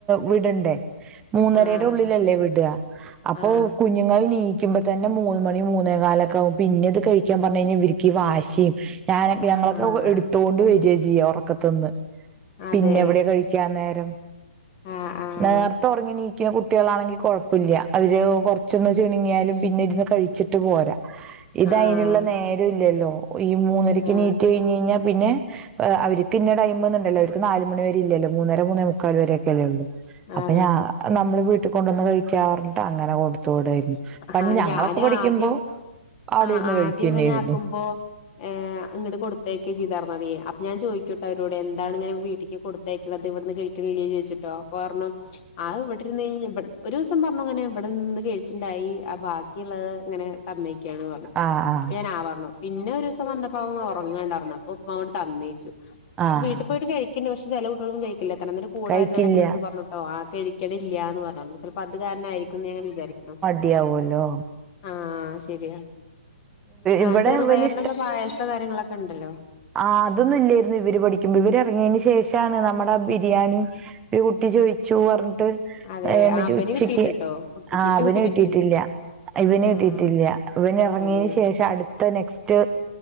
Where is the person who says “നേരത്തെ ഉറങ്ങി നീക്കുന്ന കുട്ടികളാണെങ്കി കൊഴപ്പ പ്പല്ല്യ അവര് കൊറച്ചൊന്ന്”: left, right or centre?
Right